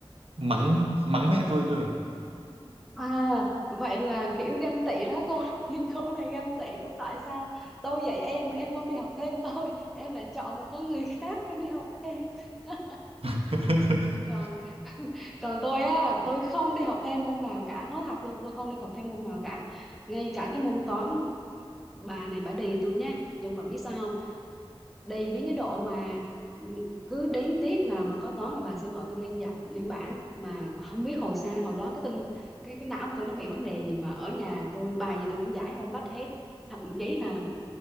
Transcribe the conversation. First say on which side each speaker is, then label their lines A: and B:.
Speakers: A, on the right; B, in the centre.
A: mắng mắng mẹ tôi cơ.
B: À, vậy là kiểu ganh tị đó cô <laughs> cô này ganh tị đó tại sao tôi dạy em mà em không đi học thêm tôi em lại chọn một con người khác em đi học thêm <laughs>
A: <laughs>
B: còn còn tôi á tôi không đi học thêm môn nào cả nói thật luôn tôi không đi học thêm môn nào cả ngay cả cái môn toán bà này bà đì tôi nhá nhưng mà biết sao không đi đến cái độ mà ừ, cứ đến tiết nào mà có toán là bà sẽ gọi tôi lên dạ lên bảng mà không biết hồi xa hồi đó cái tinh cái cái não của tôi nó bị vấn đề gì mà ở nhà tôi bài gì tôi cũng giải văn vách hết thậm chí là